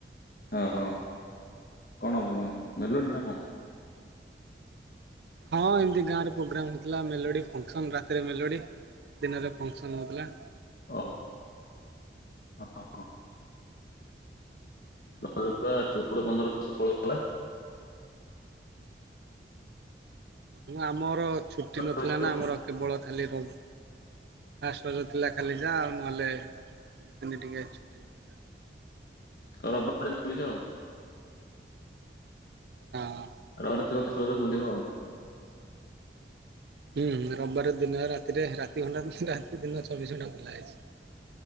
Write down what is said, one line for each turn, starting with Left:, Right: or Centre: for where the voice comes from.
Left: ଓହୋ କଣଲୋଡ଼ି ନା କଣ
Right: ହଁ ଏମତି ଗାଁରେ ପ୍ରୋଗ୍ରାମ ହଉଥିଲା ମେଲୋଡି ଫସ ରାତିରେ ମେଲୋଡି ଦିନରେ ଫଙ୍କସନ ହଉଥିଲା
Left: ଓ ହୋ ହ ନ ଚଉଦ ପନ୍ଦରହ ଷୋହଳ କଲା
Right: ହ ଆମର ଛୁଟି ନଥିଲା
Left: ରଜ
Right: ନା ଆମର କେବଳ ଖାଲି ଫାଷ୍ଟଜ ଥିଲା ଖାଲି ଯା ନହେଲେ ଦୁ ତିନି ଟିକେ ଛୁଟି ନଥିଲା
Left: ଆଉ ରବବାର ବୋଲିଛ।
Right: ହଁ
Left: ଆ ପା ବିବ
Right: ହୁଁ ରବିବାର ଦିନ ରାତିରେ ରାତି ଘଟା ରାତି ଦିନ ଚବିଶ ଘଣ୍ଟା ଖୋଲା ହେଇଛି।